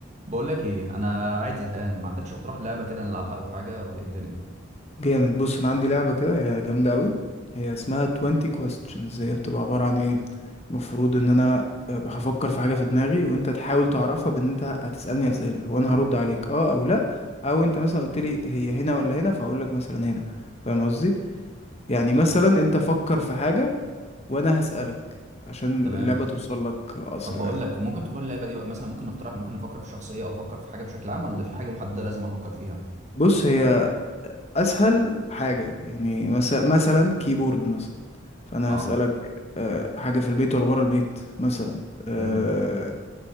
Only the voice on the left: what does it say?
جامد بص انا عندي لعبه كده هي جامده قوي هي اسمها 20 questions هي بتبقى عباره عن ايه المفروض ان انا آه، هفكر في حاجه في دماغي وانت تحاول تعرفها بان انت هتسالني اسئله وانا هرد عليك اه او لا او انت مثلا قلت لي هي هنا ولا هنا فاقول لك مثلا هنا فاهم قصدي يعني مثلا
انت فكر في حاجه وانا هسالك عشان
اللعبه توصل لك اسرع
يعني
بص هي اسهل حاجه يعني مثلا مثلا كيبورد مثلا فانا
هسألك آه، حاجة في البيت ولا بره البيت مثلا آه،